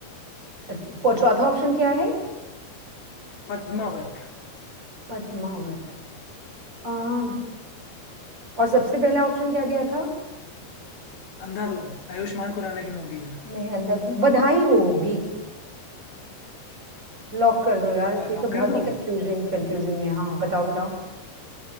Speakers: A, on the right; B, on the left.
A: अच्छा, पो- चौथा ऑप्शन क्या है
B: पद्मावत
A: पद्मावत आ, और सबसे पहला ऑप्शन क्या दिया था
B: अंधाधुन
A: आ,
B: आयुष्मान खुराना की मूवी है
A: नहीं अंदर तो बधाई हो होगी लॉक कर दो यार ये
B: लॉक
A: तो बहुत
B: कर दूं
A: ही कंफ्यूजिंग कंफ्यूजिंग है हाँ बताओ बताओ